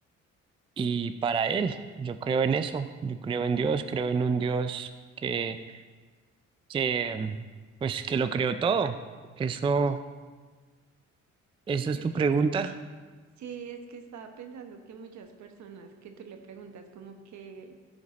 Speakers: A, on the right (about 20°); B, on the right (about 65°).
A: y para Él. Yo creo en eso, yo creo en Dios, creo en un Dios que, que, pues, que lo creó todo. Eso, eso es
B: Es
A: tu pregunta.
B: que sí, es que estaba pensando que muchas personas que tú le preguntas como que